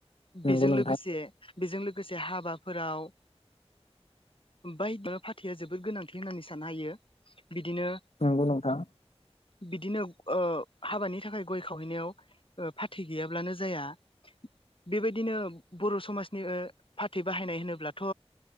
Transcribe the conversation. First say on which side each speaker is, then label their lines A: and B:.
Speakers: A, on the left; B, on the left.
A: बेजों
B: नंगौ नोंथां
A: लोगोसे बेजों लोगोसे हाबाफोराव <unintelligible> फाथैया जोबोद गोनांथि होननानै साननो हायो बिदिनो
B: नंगौ नोंथां
A: बिदिनो ओ हाबानि थाखाय गय खावहैनायाव फाथै गैयाब्लानो जाया बेबायदिनो बर' समाजनि फाथै बाहायनाय होनोब्लाथ'